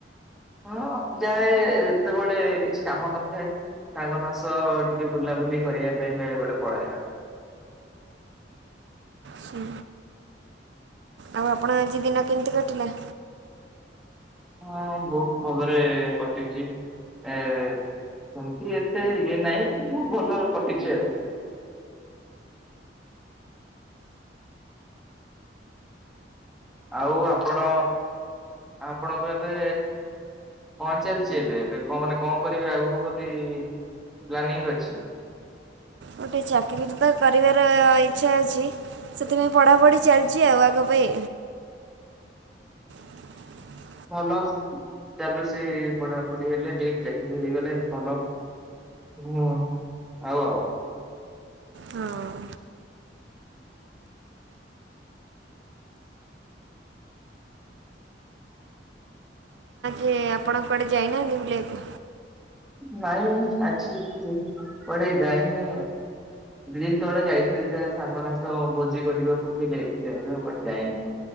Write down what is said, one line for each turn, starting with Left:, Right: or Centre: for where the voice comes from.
Centre: ହଁ ଯାଏ ଏତେବେଳେ କିଛି କାମ ନଥାଏ। ସାଙ୍ଗ ମାସ ଟିକେ ବୁଲାବୁଲି କରିବା ପାଇଁ ବେଳେ ବେଳେ ପଳେଇବା।
Right: ହ ଆଉ ଆପଣ ଆଜି ଦିନ କେମିତି କଟିଲା?
Centre: ହଁ ବହୁତ ଭଲରେ କଟିଛି ଏ ସେମତି ଏତେ ଇଏ ନାହିଁ କି ମୁଁ ଭଲ କଟିଛି ଆଉ। ଆଉ ଆପଣ ଆପଣଙ୍କ ଏବେ ପହଞ୍ଚାଲିଛି ଏବେ ଏବେ କଣ ମାନେ କଣ କରିବେ ଆଗକୁ ବୋଲି ପ୍ଲାନିଂଙ୍ଗ ଅଛି।
Right: ଗୋଟେ ଚାକିରି ତ କରିବାର ଇଚ୍ଛା ଅଛି। ସେଥିପାଇଁ ପଢ଼ାପଢ଼ି ଚାଲିଛି ଆଉ ଆଗ ପାଇଁ <inaudible>
Centre: ଭଲ ଚାଲୁ ସେ ପଢାପଢି ହେଲେ ଚାକି ହେଇଗଲେ ଭଲ। ହୁଁ ଆଉ ଆଉ।
Right: ହଁ। ସେ ଆପଣ କୁଆଡ଼େ ଯାଇନାହାନ୍ତି ବୁଲିବାକୁ।
Centre: ନାଇଁ ମୁଁ ଆଜି କୁଆଡ଼େ ଯାଇନି। ଦି ଦିନ୍ ତଳେ ଯାଇଥିଲି ଯା ସାଙ୍ଗମାନଙ୍କ ସହ ଭୋଜି କରିବାକୁ ଟିକେ ଯାଇଥିଲି ଏବେ କୁଆଡ଼େ ଆଉ ଯାଇନି।